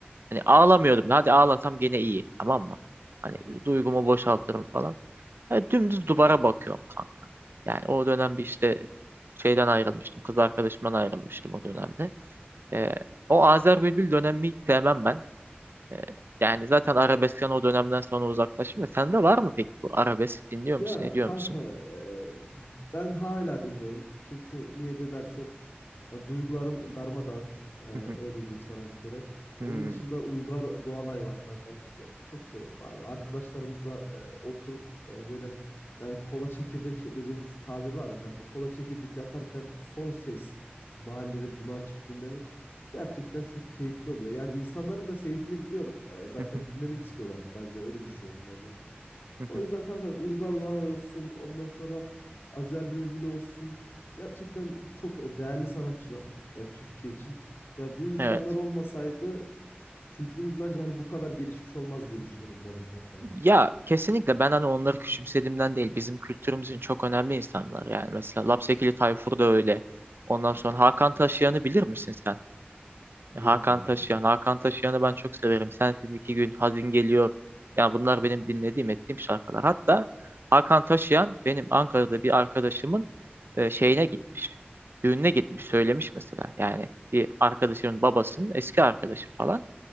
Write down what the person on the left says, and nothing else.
Evet.
Ya
kanka
e, ben hala dinliyorum. Çünkü niye de dersen Ya duygularım darmadağın. Ee,
öyle diyeyim sana bir kere. Onun
dışında Uygar Doğanay var kankam. Ya, çok severim abi. Arkadaşlarımızla e, oturup e, böyle yani kola çekirdek dediğimiz tabir var ya kanka. Kola çekirdek yaparken son ses mahallede bunu açıp dinlemek gerçekten çok keyifli oluyor. Yani insanların da sevdiğini biliyorum. E, zaten
dinlemek istiyorlar bence öyle düşünüyorum ben yani.
O
yüzden kanka Uygar Doğanay olsun, ondan sonra Azer Bülbül olsun. Gerçekten çok değerli sanatçılar ya Türkiye için. Ya bu insanlar
olmasaydı kültürümüz bence hani bu kadar gelişmiş olmaz diye düşünüyorum biraz da kanka yani.
Bilirim kankam.